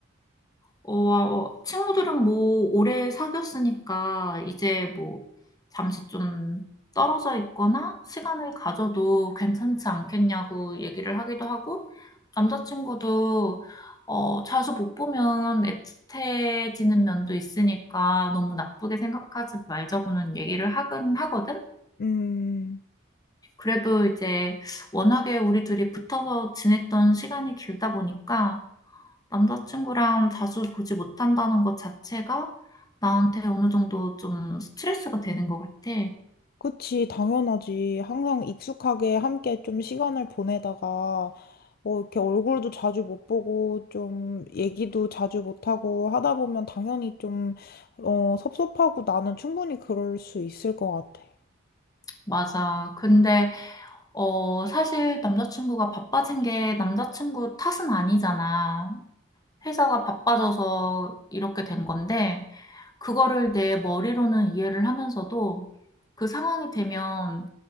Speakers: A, on the left (about 20°); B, on the left (about 50°).
A: 어, 어, 친구들은 뭐 오래 사귀었으니까 이제 뭐 잠시 좀 떨어져 있거나 시간을 가져도 괜찮지 않겠냐고 얘기를 하기도 하고 남자친구도 어, 자주 못 보면 애틋해지는 면도 있으니까 너무 나쁘게 생각하지 말자고는 얘기를 하긴 하거든.
B: 음.
A: 그래도 이제 워낙에 우리 둘이 붙어서 지냈던 시간이 길다 보니까 남자친구랑 자주 보지 못한다는 것 자체가 나한테 어느 정도 좀 스트레스가 되는 것 같아.
B: 그치, 당연하지. 항상 익숙하게 함께 좀 시간을 보내다가, 어, 이렇게 얼굴도 자주 못 보고, 좀 얘기도 자주 못하고 하다 보면 당연히 좀, 어, 섭섭하고 나는 충분히 그럴 수 있을 것 같아.
A: 맞아. 근데, 어, 사실 남자친구가 바빠진 게 남자친구 탓은 아니잖아. 회사가 바빠져서 이렇게 된 건데, 그거를 내 머리로는 이해를 하면서도 그 상황이 되면